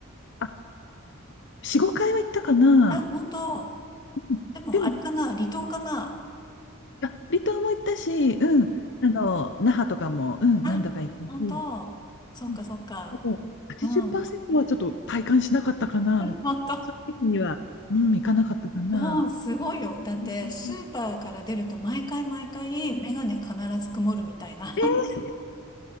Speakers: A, on the left; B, on the left.
A: あ、4、5回は行ったかな。
B: あ、本当。
A: うん。
B: でも、
A: でも、
B: あれかな離島かな
A: あ、離島も行ったし、うん。あの、那覇とかも、うん、
B: あ、
A: 何度か行ったし。
B: 本当。そっかそっか。
A: うん。でも、80%
B: うん。
A: はちょっと体感しなかったかな。
B: <laughs> 本当。
A: その時には、うん、行かなかったかな。
B: うん、すごいよ。だって、
A: うんうん
B: スーパーから出ると毎回毎回、メガネ必ず曇るみたいな。<laughs>
A: え